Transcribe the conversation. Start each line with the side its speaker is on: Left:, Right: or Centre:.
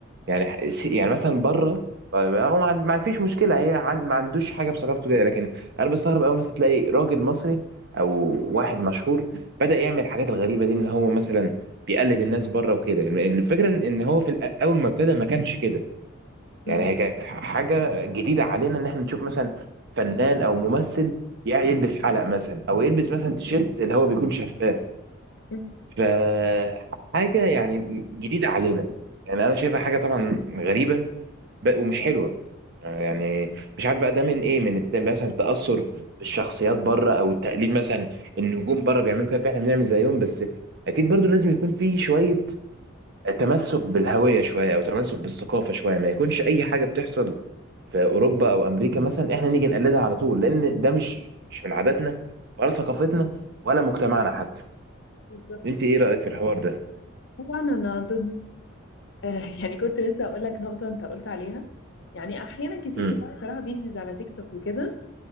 Right: يعني س- يعني مثلا بره ب- ب- هو ما عن- ما فيش مشكلة هي عن- ما عندوش حاجة في ثقافته كده لكن أنا بستغرب قوي مثلا تلاقي راجل مصري أو واحد مشهور بدأ يعمل الحاجات الغريبة دي إن هو مثلا بيقلد الناس بره وكده الفكرة إن إن هو في الأ- أول ما ابتدى ما كانش كده
Left: م-
Right: يعني هي كانت حاجة جديدة علينا إن إحنا نشوف مثلا فنان أو ممثل يعني يلبس حلق مثلا أو يلبس مثلا تيشيرت اللي هو بيكون شفاف
Left: م-
Right: فحاجة يعني جديدة علينا يعني أنا شايفها حاجة طبعا غريبة ب- ومش حلوة يعني
Left: م.
Right: مش عارف بقى ده من إيه من الت- مثلا التأثر بالشخصيات بره أو التقليد مثلا النجوم بره بيعملوا كده فإحنا بنعمل زيهم بس أكيد برضو لازم يكون في شوية تمسك بالهوية شوية أو تمسك بالثقافة شوية ما يكونش أي حاجة بتحصل في اوروبا او امريكا مثلا احنا نيجي نقلدها على طول لان ده مش مش من عاداتنا ولا ثقافتنا ولا مجتمعنا حتى
Left: بالظبط.
Right: انت ايه رايك في الحوار ده
Left: طبعا أنا ضد <laughs> آه، يعني كنت لسه اقول لك نقطه انت قلت عليها يعني احيانا كتير
Right: امم
Left: بيطلع لي صراحه فيديوز على تيك توك وكده